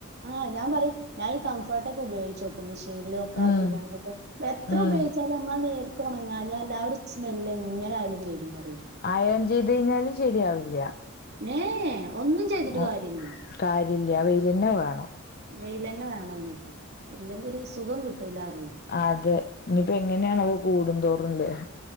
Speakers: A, on the right (about 55°); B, on the left (about 45°).
A: ആഹ് ഞാൻ പറയും ഞാൻ കംഫേർട്ട് ഒക്കെ ഉപയോഗി ച്ച് ഓക്കും മെഷീനിലൊക്കെ
B: ഉം
A: ആക്കിക്കാണ്ട് ഒക്കെ എത്ര
B: ഉം
A: ഉപയോഗിച്ചാലുംമ്മ നേ ഉണങ്ങാഞ്ഞാ എല്ലാവരും സ്മെല് എങ്ങനെ ആയാലും വരും പറ
B: ആയൺ ചെയ്ത് കഴിഞ്ഞാലും ശരിയാവില്ല
A: ഏഹ് ഒന്നും ചെയ്തിട്ട്
B: ആഹ്
A: കാര്യല്ലേ
B: കാര്യില്ല വെയിൽന്നെ വേണം
A: വെയിൽന്നെ വേണം അതിനൊക്കെ ഇല്ലെങ്കിൽ ഒരു സുഖം കിട്ടൂലാറിയും
B: അതെ ഇനിയിപ്പോ എങ്ങനെയണ കൂടുന്തോറുംല്ലേ